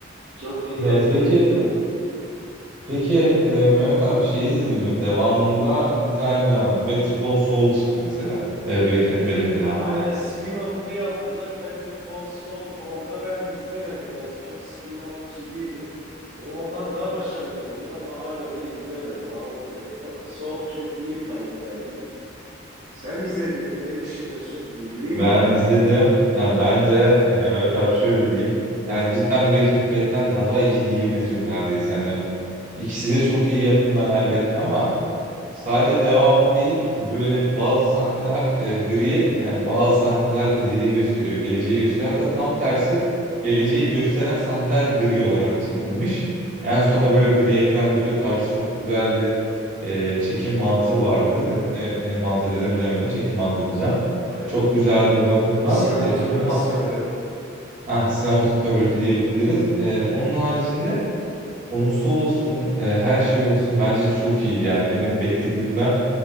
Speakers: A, on the right; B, on the right.
A: Çok eğlenceliydi
B: E, peki
A: yani.
B: peki e, Mehmet abi şey izledin mi? Devamında bir tane daha Better Call Saul çıktı mesela. E, Breaking
A: Better
B: Bad'in devamı.
A: aynen spin-off'unu yaptılar. Better Call Saul orada ben izlemedim ya. Çok spin offçı değilim. O ondan daha başarılı oldu ama hala da izlemedim. Ha, o, e, Ko- Saul çok iyi bir karakterdi. Sen izledin mi? Ne düşünüyorsun? İzleyeyim
B: Ben
A: mi ya?
B: izledim. Ya bence e, Mehmet abi şöyle diyeyim. Yani cidden Breaking Bad'den daha iyi diyebilirim neredeyse. Hani İkisi de çok iyi yapımlar elbette ama sadece devamı değil böyle bazı sahneler e, gri yani bazı sahneler ileri gösteriyor, geleceği gösteriyor. Hatta
A: Hı hı.
B: tam tersi geleceği gösteren sahneler gri olarak çekilmiş. En sonunda
A: Hı hı,
B: böyle gri ekran bitiyor tarzı çok güzel bir e, çekim mantığı vardı. Ne, ne, ne mantığı denir bilemedim. Çekim mantığı diyeceğim.
A: aynen.
B: Çok güzeldi o bakımdan.
A: E, Bir sinematografisi
B: E, onun
A: var evet.
B: ha sinematografi diyebiliriz. E, onun haricinde Konusu olsun, e, her şey olsun bence çok iyiydi yani. Benim beklediğimden